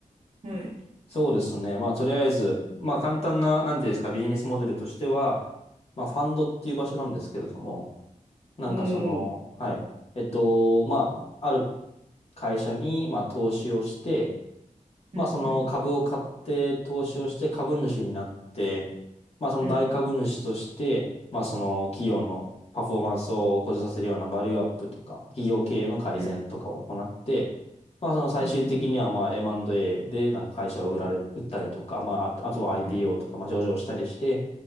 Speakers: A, on the right; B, on the left.
A: はい。
B: そうですね。まあ、とりあえず、まあ、簡単な、なんていうんですか、ビジネスモデルとしては、まあ、ファンドっていう場所なんですけれども、なんかその、
A: おー。
B: はい。えっと、まあ、ある会社に、まあ、投資をして、
A: うんうん
B: まあその株を買って投資をして株主になって、まあその大株主として、
A: うん
B: まあその企業のパフォーマンスを向上させるようなバリューアップとか、企業経営の改善とかを行って、
A: うん
B: まあその最終的にはまあ
A: うんうん
B: M&A でなんか会社を売られ、売ったりとか、まああとあとは IPO
A: うん
B: とか、まあ上場したりして、